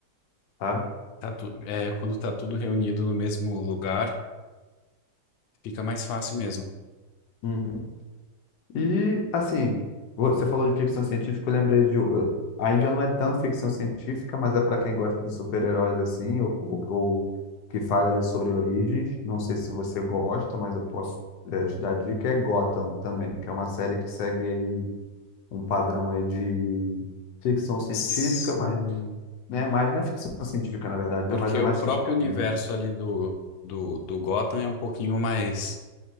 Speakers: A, on the left; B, on the left.
A: sabe?
B: Tá tu, é, quando tá tudo reunido no mesmo lugar, fica mais fácil mesmo.
A: Uhum. E, assim, você falou de ficção científica, eu lembrei de. o- Aí já não é tanto ficção científica, mas é para quem gosta de super-heróis, assim, ou, ou, ou que fala ali sobre origens. Não sei se você gosta, mas eu posso eh, te dar dica. É Gotham também, que é uma série que segue aí um padrão aí de ficção científica,
B: Sim,
A: mas, né, mas não é ficção científica, na verdade,
B: porque
A: né? Mas é
B: o
A: mais
B: próprio
A: sobre quadrinhos.
B: universo ali do, do, do Gotham é um pouquinho mais